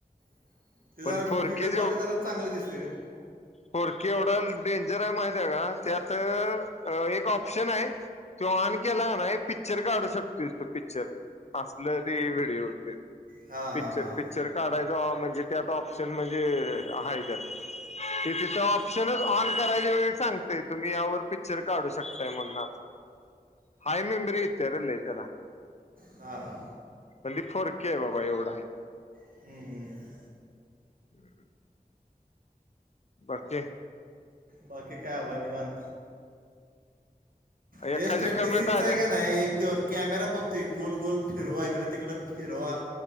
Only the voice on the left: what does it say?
पण
फोर
के
फोरकी एवढा डेंजर आहे माहित आहे का त्यात एक ऑप्शन आहे. तो ऑन केला ना पिक्चर काढू शकतोस तो पिक्चर. असलं तरी वेळी होते.
पिक्चर,
पिक्चर काढायच म्हणजे त्यात ऑप्शन म्हणजे आहे त्यात. ते तिथं ऑप्शनच ऑन करायच्या वेळी सांगतय तुम्ही यावर पिक्चर काढू शकताई मना हाय मेमरी येत्या र त्याला.
ट्वेंटी फोर के आहे बाबा एवढा आहे.
हम्. फोर के.
एकाचे
कमेंट
आले